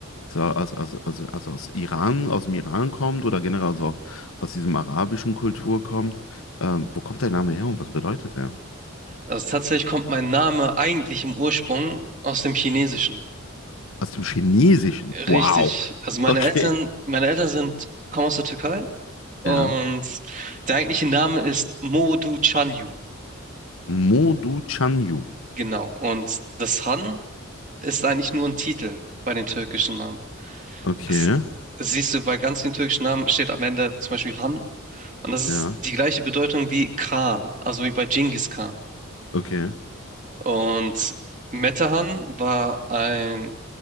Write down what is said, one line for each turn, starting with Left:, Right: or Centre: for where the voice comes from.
Left: so aus, aus, aus, aus, aus Iran, aus dem Iran kommt oder generell also auch aus diesem arabischen Kultur kommt. Ähm, wo kommt dein Name her und was bedeutet er?
Right: Also tatsächlich kommt mein Name eigentlich im Ursprung aus dem Chinesischen.
Left: Aus dem Chinesischen.
Right: Richtig.
Left: Wow.
Right: Also meine
Left: Okay.
Right: Eltern, meine Eltern sind, kommen aus der Türkei und
Left: Ja.
Right: der eigentliche Name ist Modu Chanyu.
Left: Modu Chanyu.
Right: Genau. Und das Han ist eigentlich nur ein Titel bei den türkischen Namen.
Left: Okay.
Right: es, siehst du, bei ganz vielen türkischen Namen steht am Ende zum Beispiel Han. Und das ist
Left: Ja,
Right: die gleiche Bedeutung wie Khan, also wie bei Genghis Khan.
Left: okay,
Right: Und Metehan war ein,